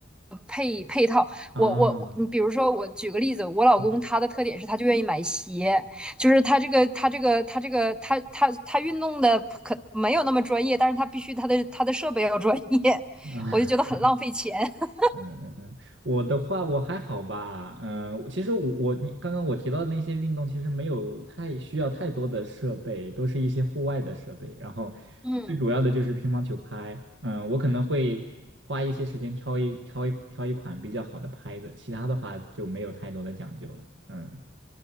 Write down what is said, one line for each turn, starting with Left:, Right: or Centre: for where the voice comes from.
Centre: 配配套。
Right: 啊，
Centre: 我我我，你比如说，我举个例子，我老公他的特点是他就愿意买鞋，
Right: 嗯
Centre: 就是他这个他这个他这个他他他运动的可没有那么专业，但是他必须他的他的设备要专业，<laughs>
Right: 啊，
Centre: 我就觉得很浪费钱。
Right: <laughs>
Centre: <laughs>
Right: 嗯嗯嗯，我的话我还好吧，嗯、其实我我你刚刚我提到的那些运动，其实没有太需要太多的设备，都是一些户外的设备。然后最主要的就是乒乓球拍，
Centre: 嗯。
Right: 嗯、我可能会花一些时间挑一挑一挑一款比较好的拍子，其他的话就没有太多的讲究了。嗯，